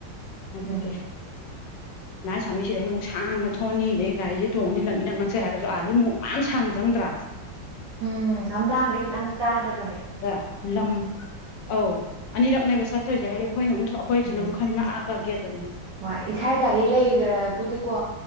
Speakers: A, on the left; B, on the right.
A: ꯑꯗꯨꯗꯗꯤ
B: ꯎꯝ
A: ꯉ ꯆꯥꯃꯤꯁꯤꯗꯩ ꯑꯃꯨꯛ ꯁꯥꯡꯅ ꯊꯣꯡꯑꯅꯤ ꯑꯗꯗꯒꯤ ꯒꯥꯔꯤꯁꯦ ꯇꯣꯡꯉꯅꯤ ꯂꯝ ꯏꯅꯛ ꯅꯛꯁꯦ ꯍꯥꯏꯔꯒꯁꯨ ꯑꯥꯗꯒꯤ ꯑꯃꯨꯛ ꯃꯌꯥꯝ ꯁꯥꯡ ꯆꯪꯗ꯭ꯔꯥ
B: ꯎ ꯂꯝꯝꯗꯥꯡꯗ ꯈꯤꯇꯪ ꯆꯥꯗꯕ
A: ꯑ ꯂꯝ ꯑ ꯑꯅꯤꯔꯛꯅꯦꯕ ꯆꯥꯠꯇꯣꯏꯁꯦ ꯍꯥꯏꯗꯤ ꯑꯩꯈꯣꯏꯅ ꯑꯃꯨꯛ ꯑꯩꯈꯣꯏꯁꯤꯅ
B: ꯎꯝ
A: ꯑꯃꯨꯛ ꯈꯟꯅ ꯅꯛꯑꯒꯦꯠꯠꯇꯅꯤ
B: ꯍꯣꯏ ꯏꯁꯥ ꯒꯥꯔꯤ ꯂꯩꯈ꯭ꯔꯕꯨꯗꯤꯀꯣ